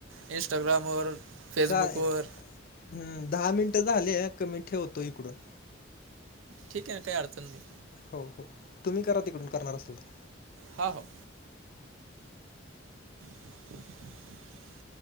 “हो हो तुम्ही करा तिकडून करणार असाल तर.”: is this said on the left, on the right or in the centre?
Left